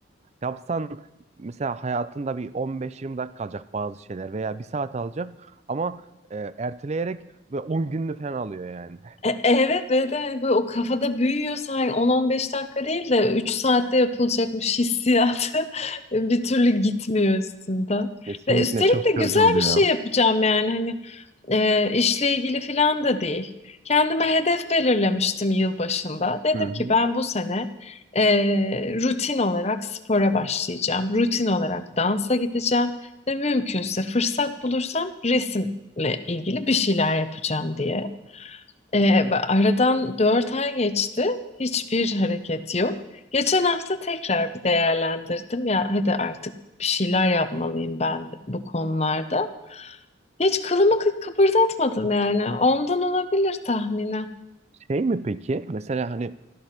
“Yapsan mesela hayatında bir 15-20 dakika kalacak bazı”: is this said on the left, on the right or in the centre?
Right